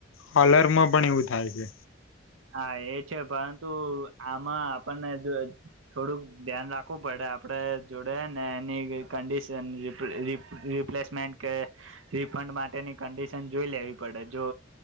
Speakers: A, on the left (about 85°); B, on the right (about 85°).
A: કલરમાં પણ એવું થાય છે.
B: હા એ છે પરંતુ આમાં આપણને જો થોડુંક ધ્યાન રાખવું પડે. આપણે જોડે ને એની કંડિશન રીપ્લે રીપ રિપ્લેસમેન્ટ કે રિફંડ માટેની કંડિશન જોઈ લેવી પડે. જો